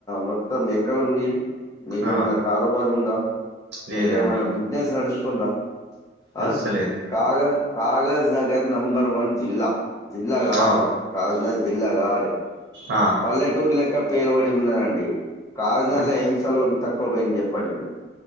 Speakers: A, on the left; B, on the right.
A: మొత్తం ఎక్కడ ఉంది మీకేమైనా
B: ఆ
A: కారోబార్ ఉందా
B: లేదండి
A: మీకేమైనా బిజినెస్ నడుస్తుందా
B: నడుస్తలేదు
A: ఆ కాగ కాగజ్ నగర్ నంబర్ వన్ జిల్లా జిల్లా కావాలే
B: అవును
A: కాగజ్ నగర్ జిల్లా కావాలె
B: ఆ
A: పల్లెటూరు లెక్క పేరుపడి ఉన్నాదండి కాగజ్ నగర్
B: అట్
A: లో ఏం స్థలం తక్కువ పోయింది చెప్పు చెప్పండి మీరు